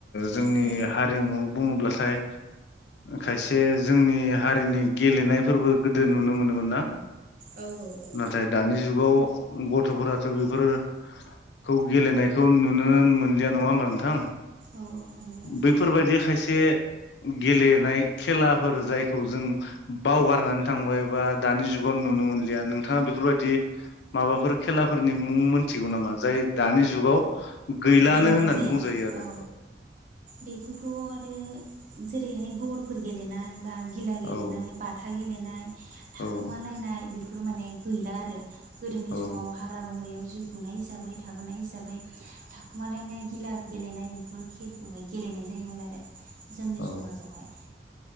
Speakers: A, on the left; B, on the right.
A: जोंनि
B: औ
A: हारिमु बुङोब्लाथाय खायसे जोंनि हारिनि गेलेनायफोरबो गोदो नुनो मोनोमोन ना
B: औ औ औ
A: नाथाय दानि जुगाव गथफोराथ‌ बेफोरखौ गेलेनायखौ नुोनो मोनलिया नङा होमबा नोंथां
B: औ औ नंगौ नंगौ
A: बैफोरबायदि खायसे गेलेनाय खेलाफोर जायखौ जों बावगारनानै थांबाय बा दानि जुगाव नुनो मोनलिया नोंथाङा बेफोरबायदि माबाफोर खेलाफोरनि मुं मोनथिगौ नामा जाय दानि जुगाव गैलानो
B: गेलेनाय
A: होननानै
B: जाया
A: बुंजायो आरो
B: औ बेखौथ आरो जेरैहाय गरफोर गेलेनाय बा गिला गेलेनाय
A: औ
B: बाथा गेलेनाय नाय थाखोमालायनाय
A: औ
B: बेफोर बेफोर माने गैला आरो गोदोनि
A: औ
B: समाव हाग्रा बंग्रायाव जिउ खुंनाय हिसाबै थाबोनाय हिसाबै थाखुमालायनाय गिला गेलेनाय बेफोर खेलखौहाय गेलेनाय जायोमोन आरो जोंनि
A: औ
B: समाजावहाय